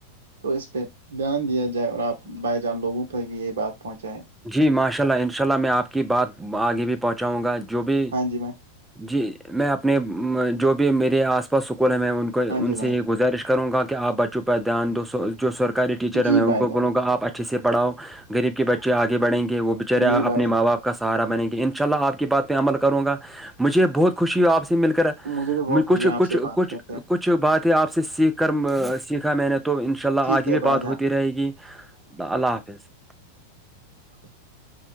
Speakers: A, on the right; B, in the centre.
A: تو اس پہ دھیان دیا جائے اور آپ بائی جان لوگوں تک بھی یہ بات پہنچائیں
B: جی ماشاء اللہ انشاء اللہ میں آپ کی بات آگے بھی پہنچاؤں گا جو بھی
A: ہاں جی بھائی
B: جی میں اپنے جو بھی میرے آس پاس سکول ہیں میں ان کو
A: ہاں
B: ان
A: جی بھائی
B: سے یہ گزارش کروں گا کہ آپ بچوں پر دھیان دو جو سرکاری ٹیچر
A: جی
B: میں ان
A: بھائی
B: کو
A: جان
B: بولوںا آپ اچھے سے پڑاؤ غریب کے بچے آگے بڑیں گے وہ بچارے
A: جی
B: اپنے
A: بھائی
B: ماں بپ کا سہارا بنے گے ان شاء اللہ آ کی باتہمل کروں گا مجھے بہت خوشی ہو آپ سے مل کر
A: مجھے بھی بہت خوشی
B: کچھ
A: ہے آپ
B: کچھ
A: سے بات
B: کچھ
A: کرتے ہیں
B: کچھ باتیں آپ سے سیکھ کر سیکھا میں نے تو تو ان شاء اللہ
A: ٹھیک
B: آگے
A: ہے
B: بھی
A: بھائی
B: بات
A: جان
B: ہوتی رہے گی اللہ حافظ
A: <unintelligible>